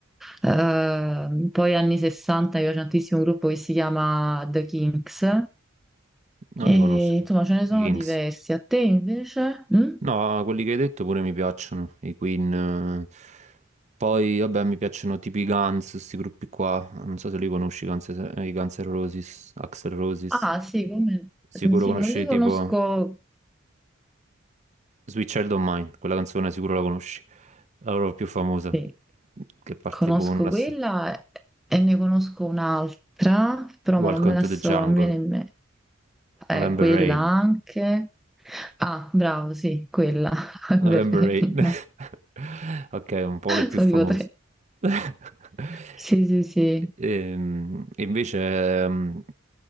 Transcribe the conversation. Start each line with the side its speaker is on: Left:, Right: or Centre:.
Centre: Eh, poi anni 60 mi piace tantissimo un gruppo che si chiama The Kinks.
Right: non
Centre: E,
Right: li conosco.
Centre: insomma, ce ne sono
Right: I Kings.
Centre: diversi. A te invece? Mm?
Right: No, quelli che hai detto pure mi piacciono, i Queen. eh. Poi, vabbè, mi piacciono tipo i Guns, questi gruppi qua. Non so se li conosci, i Guns, i Guns N' Roses, Axl Roses.
Centre: Ah, sì, come...
Right: Sicuro
Centre: Sì,
Right: conosci
Centre: non li
Right: tipo
Centre: conosco,
Right: Sweet Child O' Mine, quella canzone sicuro la conosci. La loro più famosa,
Centre: sì,
Right: che parte
Centre: conosco
Right: tipo con una...
Centre: quella
Right: s-
Centre: e ne conosco un'altra, però
Right: Welcome
Centre: ma non me la
Right: to
Centre: so,
Right: the Jungle,
Centre: non mi viene in me. Eh,
Right: November
Centre: quella
Right: Rain.
Centre: anche. Ah, bravo, sì, quella, <laughs>
Right: November
Centre: Berlina.
Right: Rain. <laughs> Ok, un po' le più
Centre: Sono
Right: famose.
Centre: tipo tre.
Right: <laughs>
Centre: Sì, sì, sì.
Right: Ehm, E, invece, ehm,